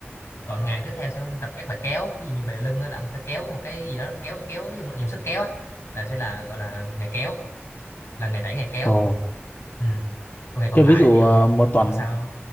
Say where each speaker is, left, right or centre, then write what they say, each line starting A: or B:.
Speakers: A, on the left (about 80°); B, on the left (about 45°).
A: còn ngày tiếp theo sẽ tập các bài kéo ví dụ như bài lưng á, là ông phải kéo một cái gì đó nó kéo kéo nói chung là dùng sức kéo á là sẽ là gọi là ngày kéo là ngày đẩy ngày kéo
B: ồ
A: ừ. còn ngày còn
B: thế
A: lại
B: ví dụ
A: thì ông
B: ờ,
A: sẽ
B: một tuần
A: làm sao